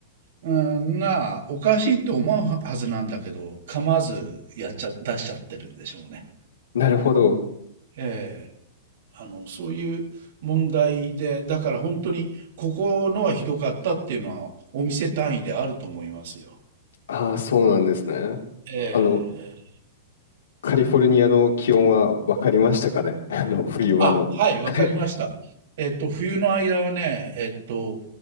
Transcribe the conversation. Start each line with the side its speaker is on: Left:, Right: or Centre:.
Right: うん、が、おかしいと思うははずなんだけど、構わずやっちゃ、出しちゃってるんでしょうね。
Left: なるほど。
Right: ええ。あの、そういう問題で、だから本当に、ここのはひどかったっていうのは、お店単位であると思いますよ。
Left: ああ、そうなんですね。
Right: ええ。
Left: あの、カリフォルニアの気温は分かりましたかね。<laughs> あの、冬場の。
Right: あ、はい、
Left: はい。
Right: わかりました。えっと、冬の間はね、えっと、